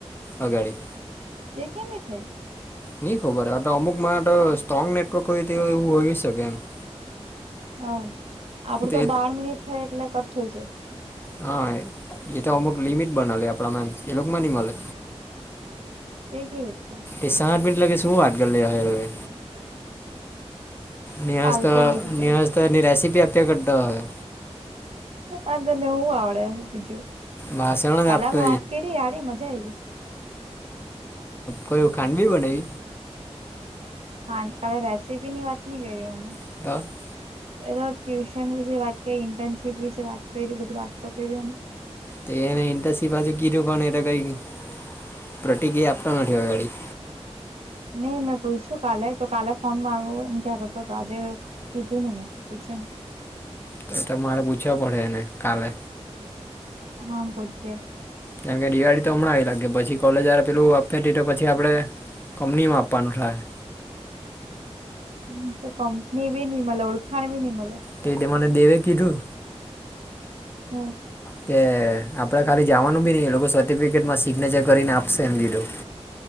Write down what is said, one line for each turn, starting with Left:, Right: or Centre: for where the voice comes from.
Left: અગાડી.
Right: તે કેમ નઈ થાય.
Left: નઈ ખબર આ તો અમુકમાં તો સ્ટ્રોંગ નેટવર્ક હોય તેવું હોય શકે એમ <inaudible>
Right: હ આપડું
Left: તે
Right: તો બાર મિનિટ થાય એટલે કટ થઇ જાય.
Left: હા એ તો અમુક લિમિટ બનાલી આપણામાં એમ એ લોકોમાં નઈ મલે.
Right: તે કે ભટઆ.
Left: એ સાત મિનટ લગે શું વાત કર લેવાંનું હવે. નિહસ્
Right: ફાલતુ ગીરી કરે
Left: નિહસ્ એની રેસીપી આપ્યા કરતા હોય.
Right: હા તને હું આવડે બીજું
Left: વાસણ જ
Right: કાલ
Left: આપતો
Right: અમે વાત કરી હારી બઉ મજા આવી લી.
Left: કયું ખાંડવી બનાવી.
Right: હા કાલે રેસીપી ની વાત નહી કરી અમે.
Left: <unintelligible>
Right: એ તો ટ્યુશન વિશે વાત કરી ઇન્ટર્નશીપ વિશે વાત કરી બધી વાતતો કરી અમે
Left: તે એને ઇન્ટસ્ટ્રી બાજુ કીધું પણ એ તો કઈ પ્રતિક્રિયા આપવા નથી અગાડી
Right: નહી મેં પૂછયૂ કાલે તો કાલે ફોન મારવું એમ કેતો તો આજે કીધું નમેં પૂછ્યું.
Left: તો તો મારે પૂછવ પડે એને કાલે
Right: હા પૂછજે
Left: કારન કે દિવાળી તો હમણાં આવી લાગે પછી કોલેજ પેલા ડેટા આપે તો પછી આપડે કંપનીમાં આપવાનું થાય
Right: હવે તો કંપની બી ની મળે ઓળખાણ બી નહી મલે
Left: તે તો મને દેવે કીધું
Right: હમ
Left: કે આપણે ખાલી જવાનું બી નહી લોકો સર્ટિફિકેટમાં સિગ્નેચર કરીને આપશે એમ લીધું